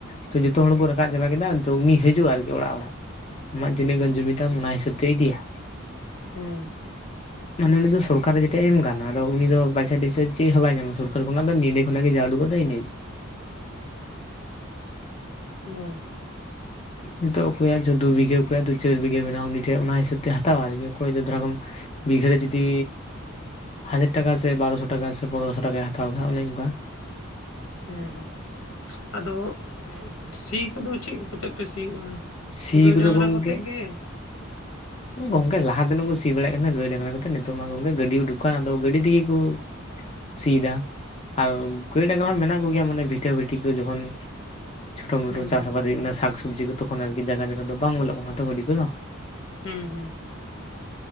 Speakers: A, on the left; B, on the left.
A: ᱛᱚ ᱡᱚᱛᱚ ᱦᱩ ᱠᱚ ᱨᱟᱠᱟᱵ ᱪᱟᱵᱟ ᱠᱮᱫᱟ ᱛᱳ ᱩᱱᱤ ᱦᱤᱡᱩᱜᱼᱟ ᱟᱨᱠᱤ ᱚᱲᱟᱜ ᱚᱲᱟᱜ ᱟᱢᱟᱜ ᱛᱤᱱᱟᱹᱜ ᱜᱟᱱ ᱡᱩᱢᱤᱫᱟᱢ ᱚᱱᱟ ᱦᱤᱥᱟᱹᱵ ᱛᱮ ᱤᱫᱤᱭᱟ
B: ᱦᱮᱸ
A: ᱢᱟᱱᱮ ᱩᱱᱤ ᱫᱚ ᱥᱚᱨᱠᱟᱨᱮ ᱡᱮᱴᱟᱭ ᱮᱢ ᱟᱠᱟᱱᱟ ᱟᱫᱚ ᱩᱱᱤᱤᱫ ᱫᱚ ᱯᱚᱭᱥᱟ ᱴᱚᱭᱤᱥᱟ ᱪᱮᱫ ᱦᱚᱸ ᱵᱟᱭᱟᱢᱟ ᱥᱚᱨᱠᱟᱨ ᱠᱷᱚ ᱫᱚ ᱱ ᱧᱤᱫᱰᱮ ᱠᱷᱚᱱᱟᱜ ᱜᱮ ᱡᱟᱣ ᱩᱰᱩ ᱜᱚᱜ ᱱᱟᱟᱹᱭ ᱱᱟ
B: ᱦᱮᱸ
A: ᱱᱤᱛᱚᱜ ᱚᱠᱚᱭᱟᱜ ᱡᱚ ᱫᱩ ᱵᱤᱜᱷᱟᱹ ᱚᱠᱚᱭᱟᱜ ᱫᱚ ᱪᱟᱹᱨ ᱵᱤᱜᱷ ᱢᱮᱱᱟᱜᱼᱟ ᱩᱱᱤ ᱴᱷᱮᱱ ᱚᱱᱟ ᱦᱤᱥᱟᱹᱵ ᱛᱮ ᱦᱟᱛᱟᱣᱟ ᱟᱨᱠ ᱚᱠᱚᱭ ᱫᱚ ᱫᱷᱚᱨᱟᱢ ᱵᱤᱜᱷᱟᱹ ᱨᱮ ᱡᱩᱫᱤ ᱦᱟᱡᱟᱨ ᱴᱟᱠᱟ ᱥᱮ ᱵᱟᱨᱚᱥᱚ ᱴᱟᱠᱟ ᱥᱮ ᱯᱚᱱᱨᱚᱥᱚ ᱴᱟᱠᱟᱭ ᱦᱟᱛᱟᱣ ᱠᱮᱫᱟ ᱚᱱᱮ ᱚᱱᱠᱟ
B: ᱦᱮᱸ ᱦᱮᱸ ᱟᱫᱚ ᱥᱤ ᱠᱚᱫᱚ ᱪᱮᱫ ᱠᱚᱛᱮ ᱯᱮ ᱥᱤᱭᱳᱜᱼᱟ
A: ᱥᱤ
B: ᱜᱟᱹᱭ
A: ᱠᱚᱫᱚ
B: ᱰᱟᱝᱨᱟ
A: ᱜᱚᱝᱠᱮ
B: ᱠᱚᱛᱮ ᱜᱮ
A: ᱜᱚᱝᱠᱮ ᱞᱟᱦᱟ ᱡᱟᱦᱟᱸ ᱫᱚᱱᱟᱹᱜ ᱠᱚ ᱥᱤ ᱵᱟᱲᱟᱭᱮᱫ ᱛᱟᱦᱮᱱᱟ ᱜᱟᱹᱭ ᱞᱟᱝᱜᱽᱲᱟ ᱠᱟ ᱠᱟᱛᱮᱮᱫ ᱱᱤᱛᱚᱜ ᱢᱟ ᱜᱚᱢᱠᱮ ᱜᱟᱹᱰᱤ ᱩᱰᱩᱠᱟᱱ ᱟᱫᱚ ᱜᱟᱹᱰᱤ ᱛᱮᱜᱮ ᱠᱚ ᱥᱟ ᱟᱨ ᱜᱟᱹᱭ ᱰᱟᱝᱨᱟ ᱦᱚᱸ ᱢᱮᱱᱟᱜ ᱠᱚᱜᱮᱭᱟ ᱢᱟᱱᱮ ᱵᱷᱤᱴᱷᱟᱹᱵᱟᱹᱴᱤ ᱠᱚ ᱡᱚᱠᱷᱚᱱ ᱪᱷᱳᱴᱳ ᱢᱴᱳ
B: ᱦᱩᱸ
A: ᱪᱟᱥ ᱟᱵᱟᱫ ᱦᱩᱭᱩᱜ ᱠᱟᱱᱟ ᱥᱟᱠᱥᱚᱵᱽᱡᱤ ᱠᱚ ᱛᱚᱠᱷᱚᱱ ᱟᱨᱠᱤ ᱡᱟᱭᱜᱟ ᱡᱟᱭᱜᱟ ᱫᱚ ᱵᱟᱝ ᱵᱚᱞᱚᱜ ᱠᱟᱱᱟ ᱛᱚ ᱜᱟᱹᱰᱤ ᱠᱚᱫᱚ
B: ᱦᱮᱸ ᱦᱮᱸ